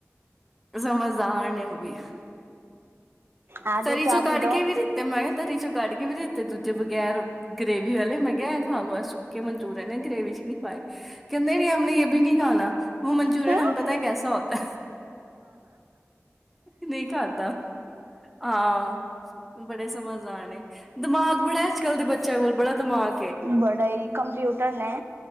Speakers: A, in the centre; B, on the right (about 50°).
A: ਸਮਝਦਾਰ ਨੇ। <unintelligible>
B: ਆ ਜਾਓ
A: ਤਰੀ
B: ਚਾਹ
A: ਚੋਂ ਕੱਢ
B: ਪੀ ਲਓ
A: ਕੇ ਵੀ ਦਿੱਤੇ ਮੈਂ ਤਰੀ ਚੋਂ ਕੱਢ ਕੇ ਵੀ ਦਿੱਤੇ ਤੇ ਦੂਜੇ ਬਗੈਰ ਗਰੇੇਵੀ ਵਾਲੇ ਮੈਂ ਕਿਹਾ ਖਾ ਲਓ, ਸੁੱਕੇ ਮਨਚੂਰੀਨ ਨੇ ਗ੍ਰਰੇਵੀ ਚ ਨਹੀਂ ਪਾਏ ਕਹਿੰਦੇ ਨ ਹਮ ਨੇ ਇਹ ਵੀ ਨਹੀਂ ਖਾਣਾ ਵੋ ਮਨਚੂਰਅਨ
B: ਅੱਛਾ
A: ਹਮੇਂ ਪਤਾ ਕੈਸਾ ਹੋਤਾ ਨਹੀਂ ਖਾਤਾ। ਹਾਂ ਬੜੇ ਸਮਜ਼ ਆਣੇ ਦਿਮਾਗ ਬੜਾ ਅੱਜ ਕੱਲ ਦੇ ਬੱਚਿਆਂ ਕੋਲ ਬੜਾ ਦਿਮਾਗ
B: ਬੜਾ ਹੀ ਕੰਪਿਊਟਰ ਨੇ